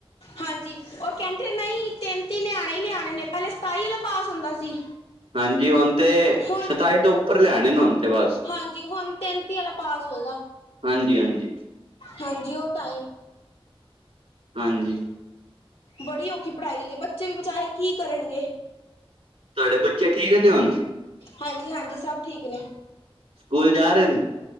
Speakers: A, on the left; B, on the right.
A: ਹਾਂਜੀ ਉਹ ਕਹਿੰਦੇ ਨਹੀਂ ਤੇਂਤੀ ਲਿਆਣੇ ਹੀ ਲਿਆਣੇ ਨੇ ਪਹਿਲੇ ਸਤਾਈ ਵਾਲਾ ਪਾਸ ਹੁੰਦਾ ਸੀ।
B: ਹਾਂਜੀ ਹੁਨ ਤੇ
A: ਹੁਣ
B: ਸਤਾਈ ਤੋਂ ਉੱਪਰ ਲਿਆਣੇ ਨੇ ਹੁਣ। ਤੇ ਬਸ
A: ਹਾਂਜੀ ਹੁਣ ਤੈਨਤੀ ਵਾਲਾ ਪਾਸ ਹੋਏਗਾ
B: ਹਾਂਜੀ ਹਾਂਜੀ
A: ਹਾਂਜੀ ਉਹ ਤਾ ਹੈ।
B: ਹਾਂਜੀ।
A: ਬੜੀ ਔਖੀ ਪੜ੍ਹਾਈ ਹੋਗੀ ਬੱਚੇ ਵੀ ਵਿਚਾਰੇ ਕੀ ਕਰਨਗੇ।
B: ਤੁਹਾਡੇ ਬੱਚੇ ਠੀਕ ਨੇ ਹੁਨ।
A: ਹਾਂਜੀ-ਹਾਂਜੀ ਸਭ ਠੀਕ ਨੇ।
B: ਸਕੂਲ ਜਾ ਰਹੇ ਨ।